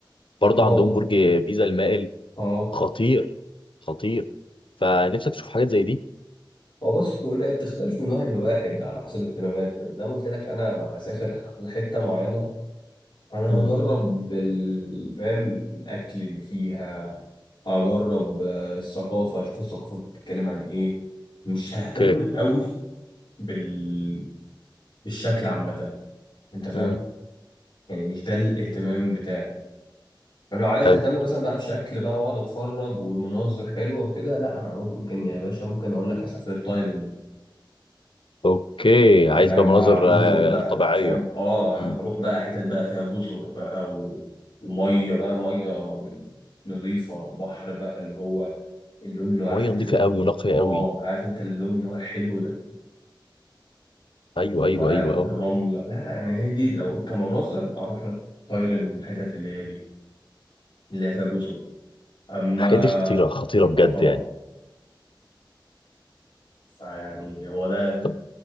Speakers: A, on the left; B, on the left.
A: برضه
B: ما هو
A: عندهم برج بيزا المائل
B: أه
A: خطير خطير فنفسك تشوف حاجات زي دي
B: هو بص كل هي بتختلف من واحد لواحد على حسب اهتماماته يعني زي ما قلت لك أنا لو هسافر على حتة معينة انا
A: مم.
B: هجرب ال- فاهم الاكل اللي فيها هجرب آه، الثقافه اشوف الثقافه بتتكلم عن ايه مش ههتم
A: اوكي
B: قوي بال... بالشكل عامه انت فاهم
A: مم.
B: يعني مش ده الاهتمام بتاعي فلو عايز
A: حلو
B: اهتم مثلا بقى بشكل بقى واقعد اتفرج ومناظر حلوه وكده لا انا ممكن يا باشا ممكن اقول لك هسافر تايلاند
A: اوكي
B: انت
A: عايز
B: فاهم
A: بقى مناظر
B: ها- جزر
A: آه،
B: بقى
A: طبيعية
B: فاهم اه
A: مم.
B: هروح بقى حتت بقى فيها جزر بقى و... وميه بقى ميه من نظيفه بحر بقى اللي هو اللون اللي هو عارف
A: مية
B: انت
A: نظيفة قوي ونقية
B: اه
A: قوي
B: عارف انت اللون اللي هو الحلو ده
A: ايوه
B: وبقى
A: ايوه ايوه
B: والرمله
A: اه
B: لا لا يعني هي دي لو كمناظر اروح لك تايلاند والحتت اللي هي دي اللي هي فيها جزر اما
A: الحاجات دي خطيره خطيره بجد
B: اه طبعا
A: يعني
B: فيعني هو ده
A: طب